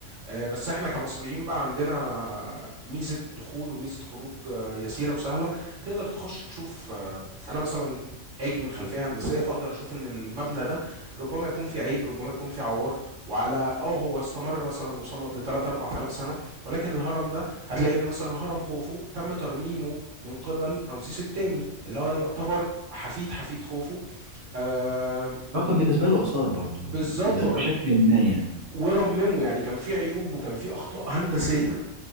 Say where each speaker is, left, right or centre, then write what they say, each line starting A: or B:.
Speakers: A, on the right; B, on the right.
A: آه، بس احنا كمصريين بقى عندنا ميزة دخول وميزة خروج آه، يسيرة وسهلة تقدر تخش تشوف آه، أنا مثلا اجي من خلفيه هندسيه فاقدر اشوف ان المبنى ده ربما يكون فيه عيب ربما يكون فيه عوار وعلى اه هو استمر مثلا وصمد ل 3 4000 سنه ولكن الهرم ده هتلاقي ان مثلا هرم خوفو تم ترميمه من قبل رمسيس الثاني اللي هو يعتبر حفيد حفيد خوفو آه
B: رقم بالنسبة له آثار برضه
A: بالظبط
B: بشكل
A: هو كان
B: ما يعني
A: ورممه يعني كان في عيوب وكان في اخطاء هندسيه